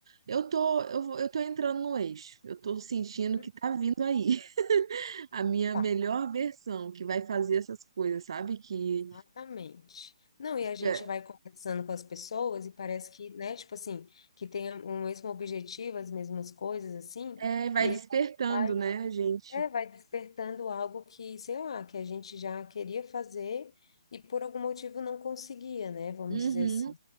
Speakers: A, on the right; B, on the left.
A: Eu tô, eu, vou- eu tô entrando no eixo. Eu tô sentindo
B: Uhum.
A: que tá vindo aí <laughs> a minha
B: Tá.
A: melhor versão, que vai fazer essas coisas, sabe? Que
B: Exatamente. Não, e a gente
A: é,
B: vai conversando com as pessoas e parece que, né, tipo assim, que tem o mesmo objetivo, as mesmas coisas, assim,
A: é, vai
B: e
A: despertando,
B: a vai,
A: né, a gente?
B: é, vai despertando algo que, sei lá, que a gente já queria fazer e por algum motivo não conseguia, né, vamos
A: Uhum.
B: dizer assim.